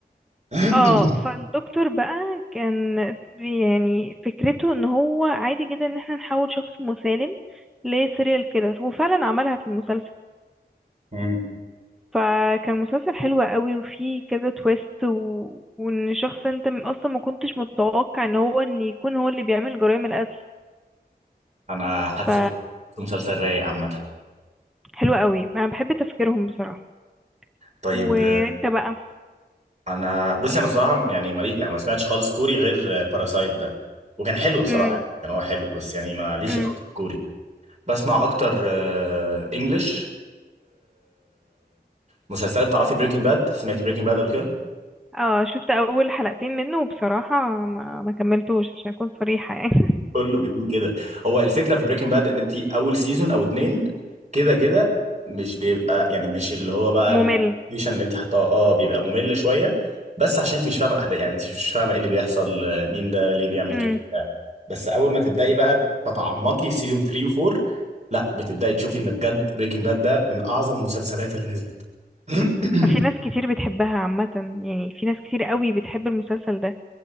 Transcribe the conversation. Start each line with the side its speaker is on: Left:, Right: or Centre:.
Right: <clears throat>
Centre: اه فالدكتور بقى كان بي- يعني فكرته ان هو عادي جدا ان احنا نحول شخص مسالم لسيريال كيلر وفعلا عملها في المسلسل
Right: أمم،
Centre: فكان مسلسل حلو قوي وفيه كذا تويست و... وان شخص انت م- اصلا ما كنتش متوقع ان هو ان يكون هو اللي بيعمل جرائم القتل
Right: انا حاسه
Centre: ف
Right: مسلسل رايق عامه
Centre: حلو قوي انا بحب تفكيرهم بصراحة
Right: طيب
Centre: وانت بقى
Right: انا بصي انا صراحه يعني مالي يعني ما سمعتش خالص كوري غير باراسايت ده وكان حلو بصراحه
Centre: امم
Right: يعني كان هو حلو بس يعني ماليش
Centre: امم
Right: قوي في الكوري بسمع اكتر انجلش مسلسلات تعرفي بريكنج باد سمعتي بريكنج باد قبل كده
Centre: اه شفت اول حلقتين منه وبصراحة ما, ما كملتوش عشان اكون صريحة يعني <laughs>
Right: كله بيقول كده هو الفكره في بريكنج باد ان انت اول سيزون او اتنين كده كده مش بيبقى يعني مش اللي هو بقى
Centre: ممل
Right: الفيشن اللي انت حطاه اه بيبقى ممل شويه بس عشان انت مش فاهمه الاحداث يعني انت مش فاهمه ايه اللي بيحصل آه، مين ده ليه بيعمل
Centre: امم
Right: كده بتاع. بس اول ما تبداي بقى تتعمقي في سيزون 3 و4 لا بتبداي تشوفي ان بجد بريكنج باد ده من اعظم المسلسلات اللي نزلت <clears throat>
Centre: في ناس كتير بتحبها عامة يعني في ناس كتير قوي بتحب المسلسل ده